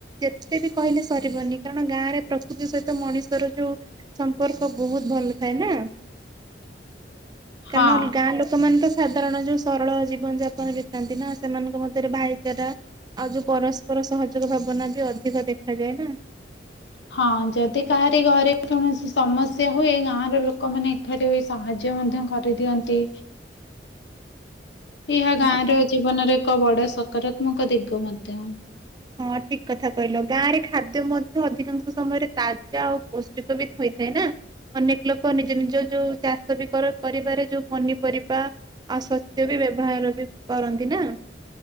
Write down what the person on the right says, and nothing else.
ଯେତେ ବି କହିଲେ ସରିବନି କାରଣ ଗାଁରେ ପ୍ରକୃତି ସହିତ ମଣିଷର ଯୋଉ ସମ୍ପର୍କ ବହୁତ ଭଲ ଥାଏ ନା। କାରଣ
ଗାଁ ଲୋକ ମାନ ତ ସାଧାରଣ ଯୋଉ ସରଳ ଜୀବନ ଯାପନ ବିତାନ୍ତି ନା ସେମାନଙ୍କ ମଧ୍ୟରେ ଭାଇଚାରା ଆଉ ଯୋଉ ପରସ୍ପର ସହଯୋଗ ଭାବନା ବି ଅଧିକ ଦେଖାାଯାଏ ନା।
ହଁ ଠିକ୍
କଥା।
ହଁ ଠିକ କଥା କହିଲ ଗାଁରେ ଖାଦ୍ୟ ମଧ୍ୟ ଅଧିକାଂଶ ସମୟରେ ତାଜା ଆଉ ପୌଷ୍ଟିକ ବି ହୋଇଥାଏ ନା। ଅନେକ ଲୋକ ନିଜ ନିଜ ଯୋଉ ଚାଷ ବି କରିବାରେ ଯୋଉ ପନିପରିବା ଆଉ ଶସ୍ୟ ବି ବ୍ୟବହାର ବି କରନ୍ତି ନା